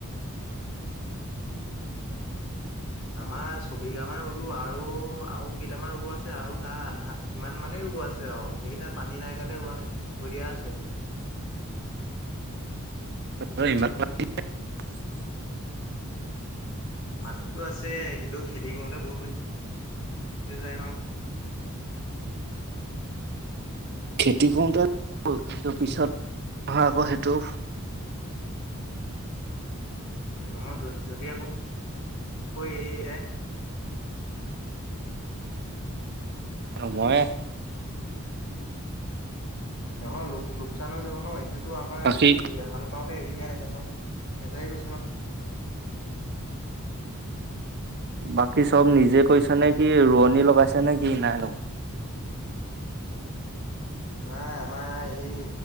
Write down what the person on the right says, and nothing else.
তহতৰ ইমান মাটি নে? <unintelligible>
খেতি কৰোতে <unintelligible> কিন্তু পিছত ভাল হব সেইটো
ময়ে
বাকী
বাকী চব নিজে কৰিচা নে কি? ৰোৱনী লগাইছে নে কি? নাই লগ